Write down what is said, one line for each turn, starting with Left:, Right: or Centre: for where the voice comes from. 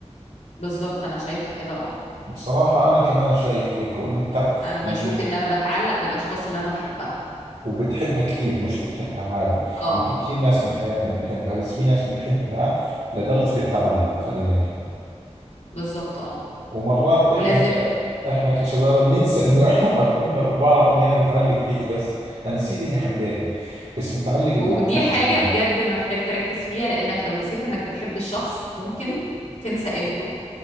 Left: بالظبط انا شايفه كده اه
Right: بصراحة أنا كمان شايف هيك وإنه التع...
Left: انا بشوف
Right: يعني
Left: ان انا بتعلق بالاشخاص اللي انا بحبها
Right: وبتحبها كثير مش بتحبها عادي
Left: اه
Right: يعني في
Left: اه
Right: كثير ناس من
Left: اه
Right: حياتنا بنحبها بس في ناس بنحبها لدرجة التعلق خلينا نحكي
Left: بالظبط اه
Right: ومرات إحنا
Left: ولازم
Right: ك... إحنا كشباب بننسى إنه <laughs> إحنا حبينا وبعرف إني أنا متعلق فيك بس أنا نسيت إني حبيتك بس متعلق بوقتات
Left: ودي حاجة
Right: اليوم
Left: بجد محتاج تركز فيها لأنك لو نسيت إنك بتحب الشخص ممكن تنسى قيمته